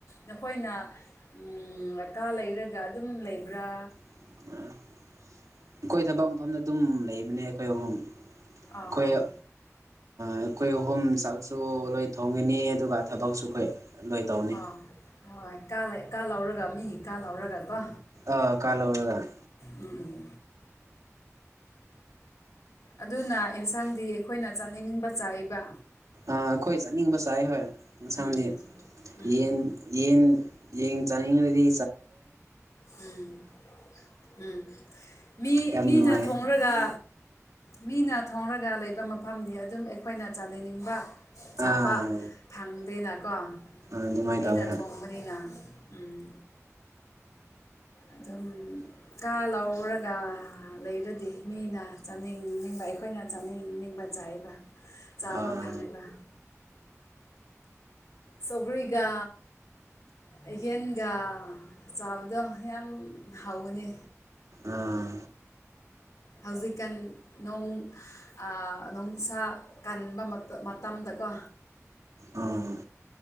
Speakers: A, on the left (about 80°); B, on the right (about 85°).
A: ꯅꯈꯣꯏꯅ ꯎꯝ ꯑꯀꯥ ꯂꯩꯔꯒ ꯑꯗꯨꯝ ꯂꯩꯕ꯭ꯔꯥ
B: <unintelligible> ꯑꯩꯈꯣꯏ ꯊꯕꯛ ꯃꯐꯝꯗ ꯑꯗꯨꯝ ꯂꯩꯕꯅꯦ ꯑꯩꯈꯣꯏ ꯑꯍꯨꯝ
A: ꯑꯥ ꯑꯥ
B: ꯑꯩꯈꯣꯏ ꯑ ꯑꯩꯈꯣꯏ ꯑꯍꯨꯝ ꯆꯥꯛꯁꯨ ꯂꯣꯏ ꯊꯣꯡꯒꯅꯤ ꯑꯗꯨꯒ ꯊꯕꯛꯁꯨ ꯑꯩꯈꯣꯏ ꯂꯣꯏ ꯇꯧꯅꯤ
A: ꯑꯥ ꯍꯣꯏ ꯀꯥ ꯂꯩ ꯀꯥ ꯂꯧꯔꯒ ꯃꯤꯒꯤ ꯀꯥ ꯂꯧꯔꯒ ꯀꯣ
B: ꯑ ꯀꯥ ꯂꯧꯔꯒꯅꯦ
A: ꯎꯝ ꯑꯗꯨꯅ ꯑꯦꯟꯁꯥꯡꯗꯤ ꯑꯩꯈꯣꯏꯅ ꯆꯥꯅꯤꯅꯤꯡꯕ ꯆꯥꯏꯌꯦꯕ
B: ꯑꯩꯈꯣꯏ ꯆꯠꯅꯤꯡꯕ ꯆꯥꯏ ꯍꯣꯏ ꯏꯟꯁꯥꯡꯗꯤ
A: ꯎꯝ ꯎꯝ
B: ꯌꯦꯟ ꯌꯦꯟ ꯌꯦꯟ ꯆꯥꯅꯤꯡꯂꯗꯤ
A: ꯎꯝ ꯎꯝ ꯃꯤ
B: ꯌꯥꯝ
A: ꯃꯤꯅ
B: ꯅꯨꯡꯉꯥꯏ
A: ꯊꯣꯡꯔ ꯒ ꯃꯤꯅ ꯊꯣꯡꯔꯒ ꯂꯩꯕ ꯃꯐꯝꯗꯤ ꯑꯗꯨꯝ ꯑꯩꯈꯣꯏꯅ ꯆꯥꯅꯅꯤꯡꯕ ꯆꯥꯕ
B: ꯑꯥ
A: ꯐꯪꯗꯦꯅꯀꯣ
B: ꯑꯗꯨꯃꯥꯏꯅ
A: ꯃꯤꯅ
B: ꯇꯧꯋꯦ ꯍꯣꯏ
A: ꯊꯣꯡꯕꯅꯤꯅ ꯎꯝ ꯑꯗꯨꯝ ꯀꯥ ꯂꯧꯔꯒ ꯂꯩꯔꯗꯤ ꯃꯤꯅ ꯆꯥꯅꯤꯡꯅꯤꯡꯕ ꯑꯩꯈꯣꯏꯅ ꯆꯥꯅꯤꯡꯅꯤꯡꯕ ꯆꯥꯏꯕ ꯆꯥꯕ
B: ꯑꯥ
A: ꯐꯪꯉꯦꯕ ꯁꯣꯒ꯭ꯔꯤꯒ ꯑꯍꯦꯟꯒ ꯆꯥꯕꯗꯣ ꯌꯥꯝ ꯍꯥꯎꯋꯅꯤ
B: ꯑꯥ
A: ꯍꯧꯖꯤꯛꯀꯥꯟ ꯅꯣꯡ ꯑ ꯅꯣꯡꯁꯥ ꯀꯟꯕ ꯃꯇ ꯃꯇꯝꯗꯀꯣ
B: ꯑꯥ